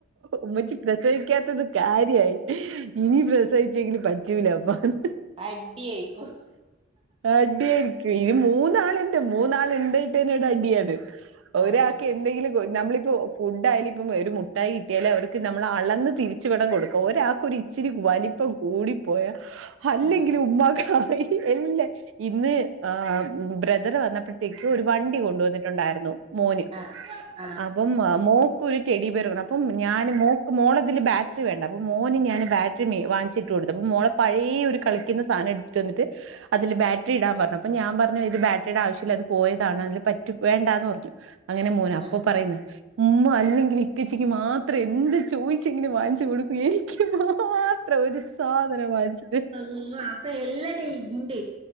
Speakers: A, on the right; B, on the right.
A: ഉമ്മച്ചി പ്രസവിക്കാത്തത് കാര്യായി ഇനി പ്രസവി പറ്റൂല <unintelligible>
B: അടി ആയിക്കും
A: അടിയായിരിക്കും ഇനി മൂന്നാളിന്റെ മൂന്നാള്ണ്ടാട്ടന്നെ ഇവിടേഅടിയാണ്.
B: ആഹ്
A: ഒരാക്കെ എന്തെങ്കിലും ക്കൊ നമ്മളിപ്പോ ഫുഡായാലും ഇപ്പം ഒരു മുട്ടായി കിട്ടിയാലല് അവർക്ക് നമ്മളൾ അളന്ന് തിരിച്ച വെടണം കൊടുക്കാം ഒരാക്കി ച്ചിരി വാലി പ്പം കൂടിപ്പോയാ അല്ലെങ്കില്
B: ആഹ്
A: ഉമ്മാക്കറി എന്തേ ഇന്ന് ആ ബ്രദറ് വന്നപ്പോഴത്തേക്ക് ഒരു വണ്ടി കൊണ്ടുവന്നിട്ടുണ്ടായിരുന്നു മോന്
B: ആഹ് ആഹ്
A: അപ്പംമ മോകൊരു റ്റടി ബിയർ വേണം അപ്പ ഞാന് മോക്ക് മോളതില് ബാറ്ററി വേണ്ട അപ്പ മോന് ഞാന് ബാറ്ററി ഇട്ടു കൊടുത്ത് അപ്പൊ മോളെ പഴയ ഒരു കളിക്കുന്ന സാധനം എടുത്തിട്ട് വന്നിട്ട് അതില് ബാറ്ററി ഇടാൻ പറഞ്ഞു അപ്പൊ ഞാൻ പറഞ്ഞു ഇത് ബാറ്ററിയുടെ ആവശ്യമില്ല അത് പോയതാണ് അതില് പറ്റു വേണ്ടാന്ന് പറഞ്ഞു അങ്ങനെ മോന അപ്പൊ
B: ആഹ്
A: പറയുന്നു ഉ ഉമ്മ അല്ലെങ്കിൽ ഇക്കച്ചിക്ക് മാത്രം എന്ത് ചോദിച്ചെങ്കനെ വാങ്ങിച്ചു കൊടുക്കും എനിക്ക് മാത്രം ഒരു സാധനം വാങ്ങിച്ച്
B: അള്ളാ അപ്പൊ എല്ലാടെ ഇണ്ട്